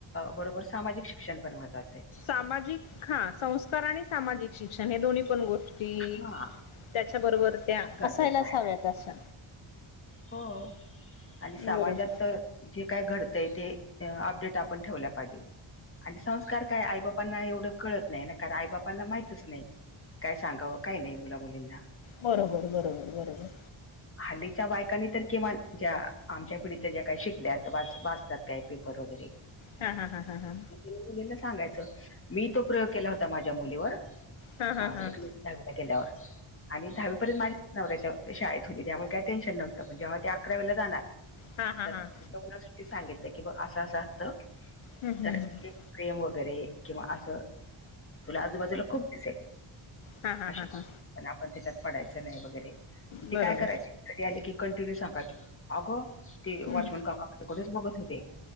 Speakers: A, on the left (about 25°); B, on the left (about 70°).
A: बरोबर सामाजिक शिक्षण पण महत्त्वाचं आहे.
B: सामाजिक हा संस्कार आणि सामाजिक शिक्षण हे दोन्ही पण गोष्टी
A: हा.
B: त्याच्या बरोबर त्या
A: गरजेचं
B: असायलाच
A: आहे
B: हव्यात अशा
A: हो आणि
B: बरोबर
A: समाजात तर जे काय घडतंय ते अपडेट आपण ठेवल्या पाहिजे. आणि संस्कार काय आई बापांना एवढं कळत नाही ना कारण आई बापांना माहितच नाही. काय सांगावं काही नाही मुला मुलींना
B: बरोबर बरोबर बरोबर.
A: हल्लीच्या बायकाांनी तर किमान ज्या आमच्या पिढीत ज्या काही शिकल्यात वाच वाचतात. काय पी परोरोदरी
B: हा हा ह हा हा.
A: मुलीला सांगायच मी तो प्रयोग केला होता माझ्या मुलीवर
B: हा हा
A: दहावीला
B: हा
A: गेल्यावर आणि दहावीपर्यंत माझ्या नवऱ्याच्या शाळेत त्यामुळे काय टेन्शन नव्हतं पण जेव्हा ते अकरा वेला जाणार
B: हा हा हा
A: तर
B: हा
A: ते सांगितलं की बघ असं असं असतं
B: हम्म हम्म
A: तर
B: हम्म
A: प्रेम वगैरे किंवा असं. तुला आजूबाजूला खूप दिसेल
B: हा हा
A: असे
B: हा हा
A: पण आपण त्याच्यात पडायचं नाही वगैरे
B: बरोबर
A: ती काय करायचीरी आली की कंटिन्यू सांगायची अगं ते वॉचमॅन
B: हम्म
A: काका ठेच बघत हो ते